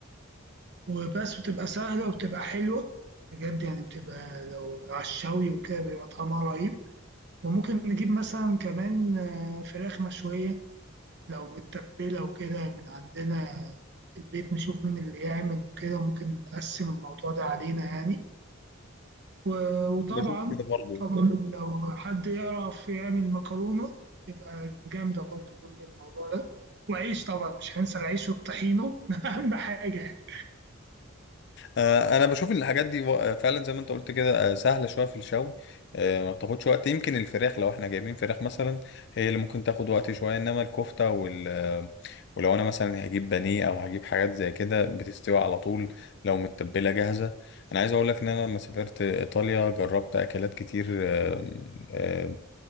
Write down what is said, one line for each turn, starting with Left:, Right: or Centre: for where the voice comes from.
Right: وبس وتبقى سهلة وبتبقى حلوة بجد يعني بتبقى لو على الشوي وكده بيبقى طعمها رهيب وممكن نجيب مثلا كمان آه، فراخ مشوية لو متبلة وكده من عندنا في البيت نشوف مين اللي يعمل وكده ممكن نقسم الموضوع ده علينا يعني و- وطبعا
Left: بشوف كده برضو
Right: طبعا لو حد يعرف يعمل مكرونة تبقى جامدة برضو جنب الموضوع ده وعيش طبعا مش هننسى العيش والطحينة <laughs> أهم حاجة يعني
Left: آه، انا بشوف ان الحاجات دي و- آه، فعلا زي ما انت قلت كده آه، سهله شويه في الشوي آه، ما بتاخدش وقت يمكن الفراخ لو احنا جايبين فراخ مثلا هي اللي ممكن تاخد وقت شويه انما الكفته وال آه، ولو انا مثلا هجيب بانيه او هجيب حاجات زي كده بتستوي على طول لو متبله جاهزه انا عايز اقول لك ان انا لما سافرت ايطاليا جربت اكلات كتير آه، آه،